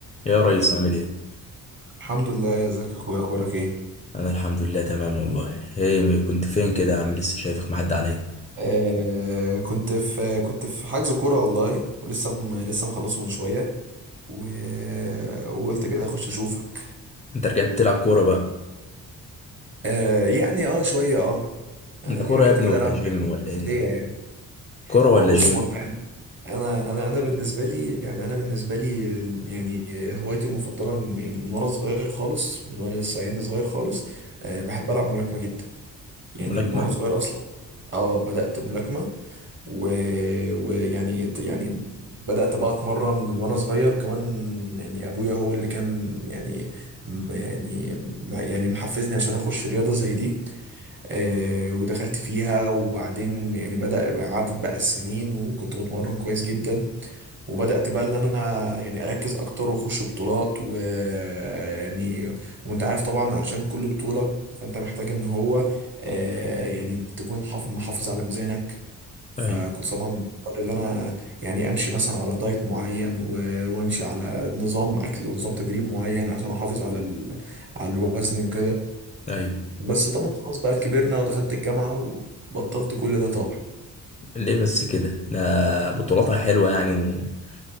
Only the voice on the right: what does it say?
الحمد لله يا ازيك يا اخويا اخبارك ايه
آه كنت في كنت في حجز كوره والله ولسه م... لسه مخلصه من شويه و... وقلت كده اخش اشوفك
آه يعني اه شويه اه يعني
رجعت
كده
العب
حاجات
ليه يعني
ما
هو بص
ما انت عارف، انا انا انا بالنسبه لي يعني انا بالنسبه لي ال- يعني هوايتي المفضله من- يعني من وانا صغير خالص من وانا لسه يعني صغير خالص آه بحب العب ملاكمه جدا يعني
من وانا صغير اصلا اه بدات بملاكمه و- ويعني يعني بدأت بقى اتمرن من وانا صغير وكمان يعني ابويا هو اللي كان يعني م- يعني م- يعني محفزني عشان اخش رياضة زي دي آه، ودخلت فيها وبعدين يعني بدأ عدت بقى السنين وكنت بتمرن كويس جدا وبدأت بقى اللي انا يعني اركز اكتر واخش بطولات ويعني وانت عارف طبعا عشان كل بطولة فانت محتاج ان هو آه، يعني تكون حاف- محافظ على ميزانك فكنت
طبعا مضطر ان انا يعني امشي مثلا على دايت معين و- وامشي على نظام اكل ونظام تدريب معين عشان احافظ على ال... على الوزن وكده
بس طبعا خلاص بقى كبرنا ودخلت الجامعة وبطلت كل ده طبعا